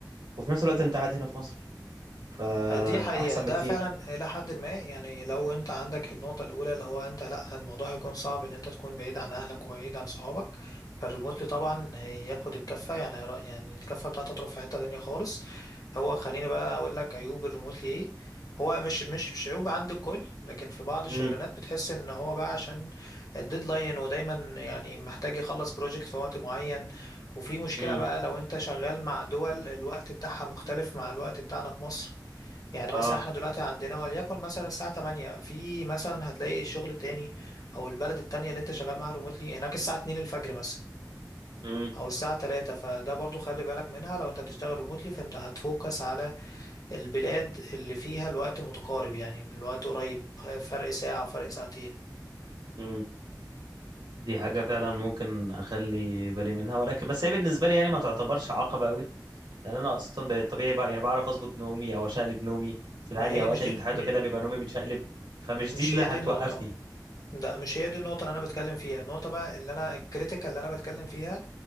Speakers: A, on the right (about 75°); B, on the left (about 55°).
A: وفي نفس الوقت انت قاعد هنا في مصر فده
B: دي حقيقة
A: احسن
B: ده
A: بكتير
B: فعلا إلى حد ما يعني لو أنت عندك النقطة الأولى اللي هو أنت لأ الموضوع هيكون صعب إن أنت تكون بعيد عن أهلك وبعيد عن صحابك فالريموتلي طبعا هياخد الكفة يعني هيرا- يعني الكفة بتاعته تروح في حتة تانية خالص هو خليني بقى أقول لك عيوب الريموتلي إيه هو مش مش مش عيوب عند الكل لكن في بعض الشغلانات
A: امم
B: بتحس إن هو بقى عشان الديدلاين ودايما يعني محتاج يخلص بروجكت في وقت معين وفي مشكلة
A: امم
B: بقى لو أنت شغال مع دول الوقت بتاعها مختلف مع الوقت بتاعنا في مصر يعني
A: اه
B: مثلا احنا دلوقتي عندنا وليكن مثلا الساعة 8 في مثلا هتلاقي الشغل التاني او البلد التانية اللي انت شغال معاها ريموتلي هناك الساعة 2 الفجر مثلا
A: امم
B: او الساعة 3 فده برضو خلي بالك منها لو انت هتشتغل ريموتلي فانت هتفوكس على البلاد اللي فيها الوقت متقارب يعني الوقت قريب فرق ساعة فرق ساعتين
A: امم دي حاجة فعلا ممكن أخلي بالي منها ولكن بس هي بالنسبة لي يعني ما تعتبرش عقبة أوي لأن أنا أصلا بالطبيعي بقى يعني بعرف أظبط نومي أو أشقلب نومي في العادي
B: ما هي
A: أوقات
B: مش
A: الامتحانات
B: دي م-
A: وكده بيبقى نومي متشقلب فمش
B: مش
A: دي اللي
B: هي
A: هتوقفني
B: دي النقطة ده مش هي دي النقطة اللي أنا بتكلم فيها النقطة بقى اللي أنا الكريتيكال اللي أنا بتكلم فيها